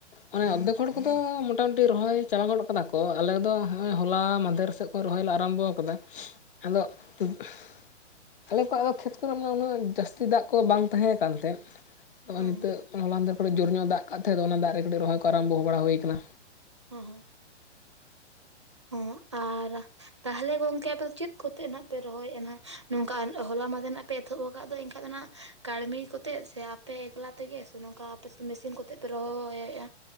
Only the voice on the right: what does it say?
<inaudible>
ᱦᱩᱸ
ᱦᱚᱸ ᱦᱚᱸ ᱟᱨ ᱛᱟᱦᱚᱞᱮ ᱜᱚᱝᱠᱮ ᱟᱯᱮ ᱪᱮᱫ ᱠᱚᱛᱮ ᱱᱟᱜ ᱯᱮ ᱨᱚᱦᱚᱭᱮᱫᱱᱟ ᱱᱚᱝᱠᱟ ᱦᱚᱞᱟ ᱢᱟᱫᱮ ᱱᱟᱜ ᱯᱮ ᱛᱷᱳᱜ ᱟᱠᱟᱫ ᱫᱚ ᱮᱱᱠᱷᱟᱡ ᱫᱚ ᱱᱟᱜ ᱠᱟᱹᱲᱢᱤ ᱠᱚᱛᱮ ᱥᱮ ᱟᱯᱮ ᱮᱠᱞᱟ ᱛᱮᱜᱮ ᱥᱮ ᱱᱚᱝᱠᱟ ᱟᱯᱮ ᱢᱮᱥᱤᱱ ᱠᱚᱛᱮ ᱯᱮ ᱨᱚᱦᱚᱻᱭᱮᱫᱼᱟ?